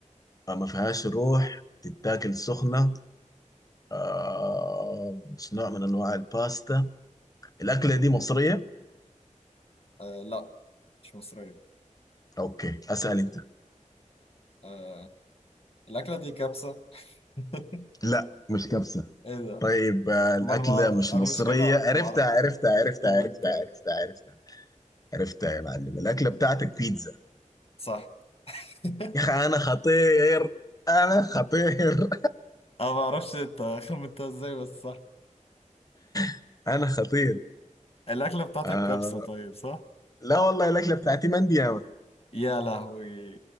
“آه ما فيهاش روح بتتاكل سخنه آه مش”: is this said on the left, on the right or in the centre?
Left